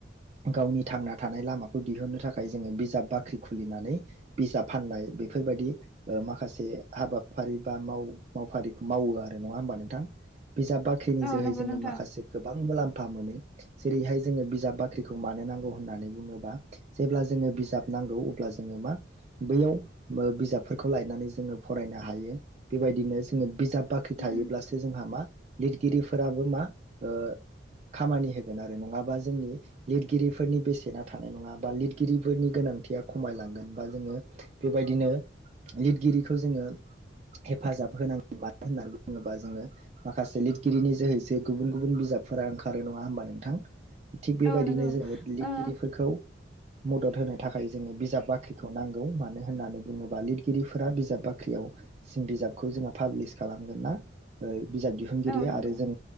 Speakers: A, on the right; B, in the centre.
A: गावनि थांना थानाय लामाखौ दिहुननो थाखाय जोङो बिजाब बाख्रि खुलिनानै बिजाब फाननाय बेफोरबायदि ओ माखासे हाबाफारि बा माव मावफारिखौ मावो आरो नङा होमबा नोंथां बिजाब बाख्रिनि
B: औ
A: जोहै
B: नंगौ
A: जोङो
B: नोंथां
A: माखासे गोबां मुलाम फा मोनो जेरैहाय जोङो बिजाब बाख्रिखौ मानो नांगौ होननानै बुङोबा जेब्ला जोङो बिजाब नांगौ अब्ला जोङो मा बैयाव बिजाबफोरखौ लायनानै जोङो फरायनो हायो बेबाय बिदिनो जोङो बिजाब बाख्रि
B: उम
A: थायोब्लासो जोंहा मा लिरगिरिफोराबो मा ओ खामानि होगोन आरो नङाबा जोंनि लिरगिरिफोरनि बेसेना थानाय नङा बा लिरगिरिफोरनि गोनां थिया खमायलांगोन बा जोङो बेबायदिनो लिरगिरिखौ जोङो हेफाजाब होनांगौ मानो होननानै बुङोबा जोङो माख खासे लिरगिरिनि जोहैसो गुबुन गुबुन बिजाबफोरा ओंखारो नङा होमबा नोंथां थिग बेबायदिनो
B: औ नंगौ
A: जोङो लिरगिरिफोरखौ
B: ओ
A: मदद होनो थाखाय जोङो बिजाब बाख्रिखौ नांगौ मानो होननानै बुङोब्ला लिरगिरिफोरा बिजाब बाख्रियाव सिम बिजाबखौ जोंहा पाब्लिस खालामगोना ओ बिजाब दिहुनगिरिया
B: औ नंगौ
A: आरो जों